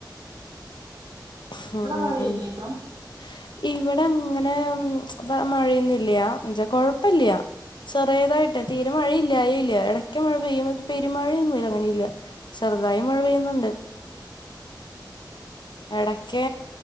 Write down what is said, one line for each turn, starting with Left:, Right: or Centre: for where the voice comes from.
Left: ഉം
Right: ഇവിടെ മഴയില്ലേ
Left: ഉം
Right: ഇപ്പം
Left: ഇവിടെ അങ്ങനെ മഴയൊന്നില്ല എന്നച്ചാ കൊഴപ്പില്ല ചെറിയതായിട്ട് തീരെ മഴയില്ലായി ഇല്ല ഇട ഒക്കെ മഴ പെയ്യുമ പെരുമഴയൊന്നുമല്ല അങ്ങനെ ഇല്ല ചെറുതായി മഴ പെയ്യുന്നുണ്ട് എടക്ക്